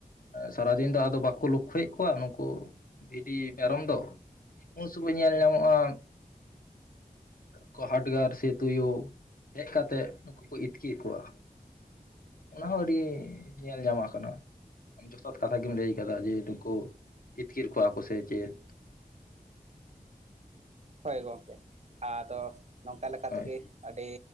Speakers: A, on the left; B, on the right.
A: ᱥᱟᱨᱟᱫᱤᱱ ᱫᱚ ᱟᱫᱚ ᱵᱟᱠᱚ ᱞᱚᱠᱷᱚᱭᱮᱫ ᱠᱚᱣᱟ ᱱᱩᱠᱩ ᱵᱷᱤᱰᱤ ᱢᱮᱨᱚᱢ ᱫᱚ ᱾ ᱩᱱ ᱥᱚᱢᱚᱭ ᱧᱮᱞ ᱧᱟᱢᱚᱜᱼᱟ, ᱠᱚ ᱦᱟᱰᱜᱟᱨ ᱥᱮ ᱛᱩᱭᱩ ᱦᱮᱡ ᱠᱟᱛᱮᱜ ᱱᱠᱩ ᱠᱚ, ᱤᱛᱠᱤᱨ ᱠᱚᱣᱟ ᱾ ᱚᱱᱟ ᱦᱚᱸ ᱟᱹᱰᱤ ᱧᱮᱞ ᱧᱟᱢᱚ ᱠᱟᱱᱟ ᱾ ᱟᱢ ᱡᱚᱛᱷᱟᱛ ᱠᱟᱛᱷᱟ ᱜᱮᱢ ᱞᱟᱹᱭ ᱠᱟᱫᱟ ᱾ ᱡᱮ ᱱᱩᱠᱩ ᱤᱛᱠᱤᱨ ᱠᱚᱣᱟ ᱠᱚ ᱥᱮ ᱪᱮᱫ,
B: ᱦᱳᱭ ᱜᱚᱢᱠᱮ ᱟᱫᱚ, ᱱᱚᱝᱠᱟ ᱞᱮᱠᱟ
A: ᱦᱳᱭ
B: ᱛᱮᱜᱮ ᱟᱹᱰᱤ